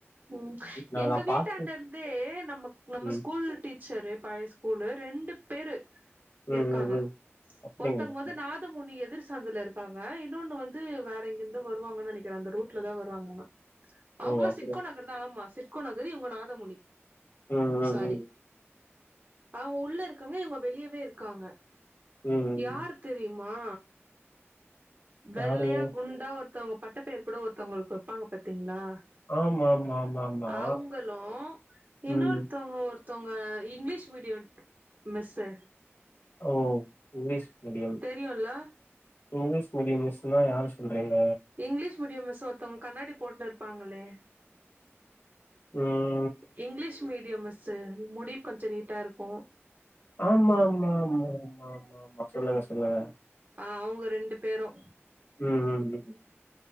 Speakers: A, on the right (about 40°); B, on the left (about 50°).
A: ம்
B: நான்
A: எங்க
B: நான்
A: வீட்டாண்ட
B: பாத்து
A: இருந்து நம்ம நம்ம
B: ம்.
A: ஸ்கூல் டீச் சரு பழைய ஸ்கூல்ல ரெண்டு பேரு
B: ம்
A: இருக்காங்க
B: ம் ம். அப்டிங்களா?
A: ஒருத்ங்க வந்து நா து மணி எதிர் சந்துல இருக்காங்க இன்னொன்னு வந்து வேற எங்கிருந்தோ வருவாங்கனு நெனைக்கிறேன் அந்த ரூட்ல தான் வருவாங்க ஆனா அவுங்களாம்
B: ஓ! அப்டி.
A: சிக்கோ நகர் தா ஆமா சிக்கோ நகர் இவுங்க நாதமுனி
B: ம் ம்
A: சாரி
B: ம்.
A: அவுங்க உள்ள இருக்காங்க இவுங்க வெளியவே இருக்காங்க
B: ம் ம்.
A: யாரு தெரியுமா வெள்ளையா
B: யாரு?
A: குண்டா ஒருத்தவங்க பட்ட பேரு கூட ஒருத்தவங்களுக்கு வப்பாங்க பாத்தீங்களா
B: ஆமாமாமாமா.
A: அவுங்களும் இன்னொருத்தவங்க
B: ம்.
A: ஒருத் த்தவங்க இங்கிலீஷ் மீடியம் மிஸ்சு
B: ஓ இங்கிலிஷ் மிடியம்
A: தெரியுல்ல
B: இங்கிலீஷ் மீடியம் மிஸ்னா யார சொல்றீங்க
A: இங்கிலீஷ் மீடியம் மிஸ்சு ஒருத்தவங்க கண்ணாடி போட்டு இருப்பாங்களே
B: ம்
A: இங்கிலீஷ் மீடியம் மிஸ்சு முடி கொஞ்சோ நீட்டா இருக்கும்
B: ஆமா ஆமா ஆமா ஆமா ஆமா ஆமா சொல்லுங்க சொல்லுங்க
A: ஆ அவுங்க ரெண்டு பேரூ
B: ம் ம் ம்